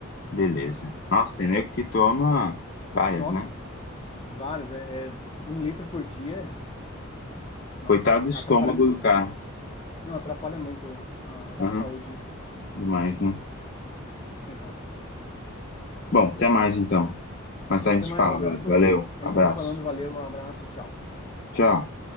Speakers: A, on the left (about 45°); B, on the left (about 25°).
A: beleza. Nossa, tem nego que toma várias,
B: Nossa,
A: né?
B: vários. É, é um litro por dia. Nossa,
A: Coitado do estômago
B: atrapalha muito.
A: do cara.
B: Não, atrapalha muito a,
A: Aham,
B: a saúde
A: demais, né?
B: Exato.
A: Bom, até mais então. Mas a gente
B: Até mais,
A: fala,
B: um abraço.
A: Vlad. Valeu, abraço.
B: A gente vai se falando. Valeu, um abraço, tchau.
A: Tchau.